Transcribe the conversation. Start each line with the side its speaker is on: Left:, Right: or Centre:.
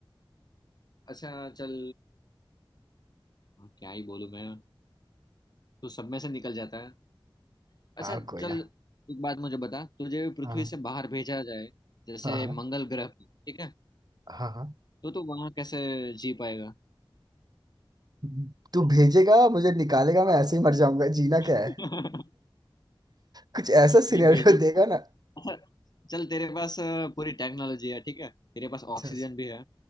Left: अच्छा चल क्या ही बोलूँ मैं तू सब में से निकल जाता है अच्छा
Right: हाँ कोई
Left: चल
Right: ना
Left: एक बात मुझे बता तुझे पृथ्वी
Right: हाँ
Left: से बाहर भेजा जाए जैसे
Right: हाँ हाँ
Left: मंगल ग्रह पे ठीक है
Right: हाँ हाँ।
Left: तो तू वहां कैसे जी पाएगा
Right: हम्म, तू भेजेगा मुझे निकालेगा मैं ऐसे ही मर जाऊंगा जीना
Left: <laughs>
Right: क्या है कुछ ऐसा सिनेरियो
Left: नहीं भेजूंगा
Right: देगा ना <laughs>
Left: अच्छा चल तेरे पास अ, पूरी टेक्नोलॉजी है ठीक है तेरे पास
Right: अच्छा
Left: ऑक्सीजन
Right: अच्छा
Left: भी है